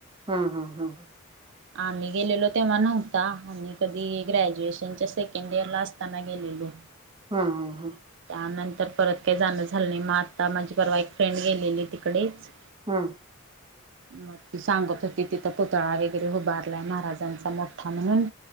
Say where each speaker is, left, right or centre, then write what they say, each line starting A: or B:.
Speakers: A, on the right (about 25°); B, on the right (about 60°).
A: हा, हा, हा.
B: आम्ही गेलेलो तेव्हा नव्हता, आम्ही कधी ग्रॅज्युएशनच्या सेके- केंड एअरला असताना गेलेलो.
A: हा हा, हा.
B: त्यानंतर परत काही जाणं झालं नाही, मग आता माझी परवा एक फ्रेंड गेलेली तिकडेच.
A: हा.
B: मग ती सांगत होती, तिथं पुतळा वगैरे उभारलाय महाराजांचा मोठा म्हणून.